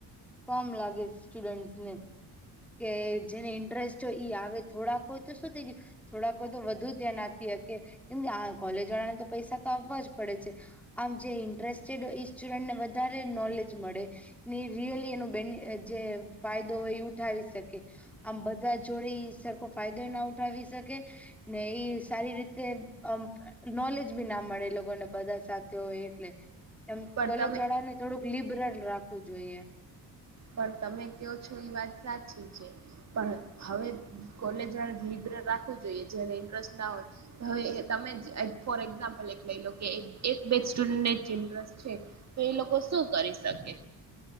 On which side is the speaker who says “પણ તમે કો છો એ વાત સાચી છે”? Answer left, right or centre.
Right